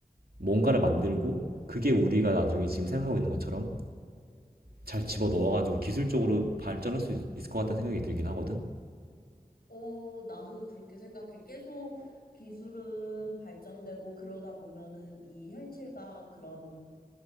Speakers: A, on the right (about 80°); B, on the left (about 80°).
A: 뭔가를 만들고 그게 우리가 나중에 지금 생각하고 있는 것처럼 잘 집어 넣어가지고 기술적으로 발전할 수 있- 을 것 같다는 생각이 들긴 하거든.
B: 어, 나도 그렇게 생각해. 계속 기술은 발전되고 그러다 보면은 이 현실과 그런